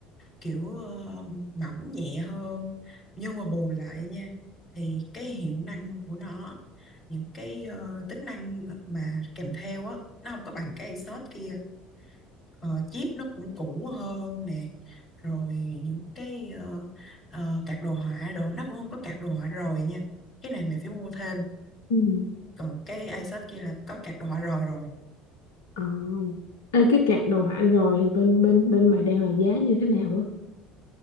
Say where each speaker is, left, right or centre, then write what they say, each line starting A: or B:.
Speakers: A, on the left; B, on the left.
A: kiểu ờ, mỏng nhẹ hơn nhưng mà bù lại nha thì cái hiệu năng của nó những cái ờ, tính năng mà kèm theo á nó không có bằng cái Asus kia Ờ, chip nó cũng cũ hơn nè rồi những cái ờ, ờ, card đồ họa đồ nó cũng không có card đồ họa rồi nha cái này mình phải mua thêm
B: Ừ.
A: còn cái Asus kia là có card đồ họa rồi rồi
B: ờ Ê, cái cạc đồ họa rồi thì bên bên bên mày đang là giá như thế nào á